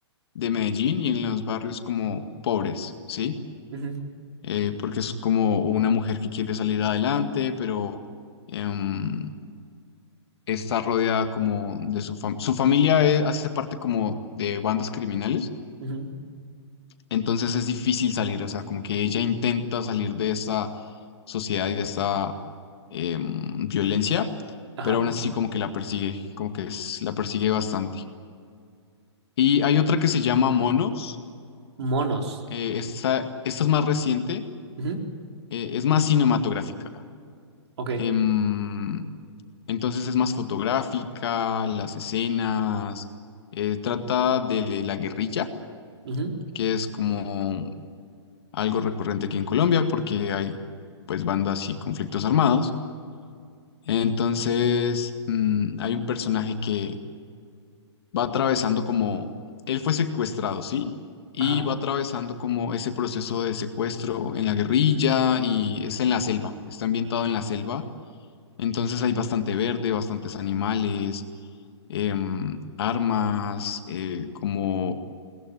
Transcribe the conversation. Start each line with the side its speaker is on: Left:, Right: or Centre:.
Left: de Medellín y en los barrios como pobres, ¿sí?
Right: Ujú,
Left: Eh, porque es como una mujer que quiere salir adelante, pero... em, está rodeada como de su familia. Su familia eh, hace parte como de bandas criminales,
Right: ujú,
Left: entonces es difícil salir, o sea, como que ella intenta salir de esta sociedad y de esta em, violencia,
Right: ajá.
Left: pero aún así como que la persigue, como que es- la persigue bastante. Y hay otra que se llama Monos,
Right: Monos.
Left: eh, esta, esta es más reciente,
Right: Ujú,
Left: eh, es más cinematográfica.
Right: ok.
Left: em, entonces es más fotográfica, las escenas, eh, trata de la guerrilla
Right: ujú,
Left: que es como algo recurrente aquí en Colombia porque hay pues bandas y conflictos armados. Entonces, mm, hay un personaje que va atravesando como, él fue secuestrado, ¿sí? Y
Right: ajá.
Left: va atravesando como ese proceso de secuestro en la guerrilla y es en la selva, está ambientado en la selva. Entonces hay bastante verde, bastantes animales, em, armas, eh, como